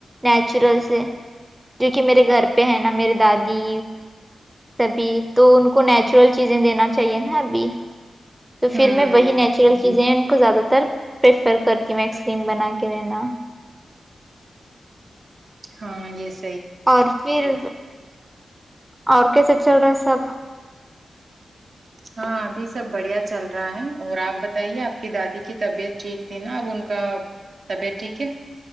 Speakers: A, on the right; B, on the right.
A: نیچورل سے جو کہ میرے گھر پہ ہے نا میرری دادی سبھی تو ان کو نیچ نیچرل چیزیں دینا چاہیے نا ابھی تو پھر
B: ہوں
A: میں وہی نیچرل چیزیں ان کو زیادہ تر پریفر کرتی ہوں آئس کریم بنا کے دینا
B: ہاں یس
A: اور پھر اور کیسے چل رہا ہے سب
B: ہاں ابھی سب بڑھیا چل رہا ہے اور آپ بتائیے آپ کی دادی کی طبیعت ٹھیک تھی نا اب ان کا طبیعت ٹھیک ہے